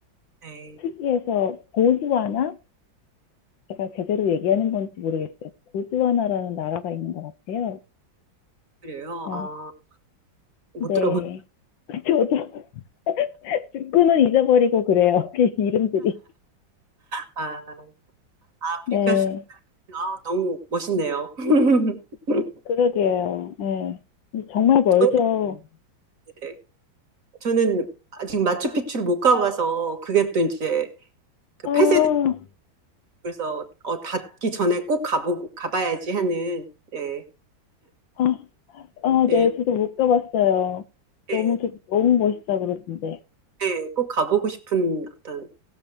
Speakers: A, on the right (about 45°); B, on the left (about 75°).
A: 네,
B: 특이해서 보스와나 제가 제대로 얘기하는 건지 모르겠어요. 보즈와나라는 나라가 있는 것 같아요.
A: 그래요.
B: 어,
A: 아, 못
B: 네.
A: 들어본.
B: 저도 <laughs> 듣고는 잊어버리고 그래요. <laughs> 그 이름들이.
A: 아, 아프리카
B: 네.
A: 아, 너무 멋있네요. <laughs>
B: 그러게요. 네. 정말 멀죠.
A: 저는 네. 저는 아직 마추픽추를 못 가봐서 그게 또 이제 그
B: 아,
A: 폐쇄 그래서 어, 닫기 전에 꼭 가보고 가봐야지 하는 예,
B: 아, 아,
A: 예,
B: 네. 저도 못 가봤어요.
A: 예,
B: 너무, 좋- 너무 멋있다 그러던데.
A: 예, 꼭 가보고 싶은 어떤